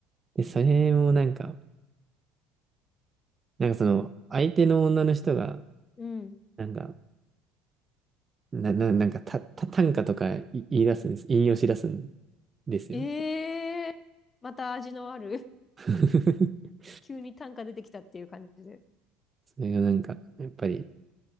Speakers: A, on the right; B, on the left.
A: で、それもなんか、なんかその、相手の女の人が、
B: うん。
A: なんか、な、な、なんか、た、た、短歌とかい言い出すんです。引用し出すんですよ。
B: ええーまた味のある
A: <laughs>
B: <laughs> 急に単価出てきたっていう感じで。
A: それがなんか、やっぱり、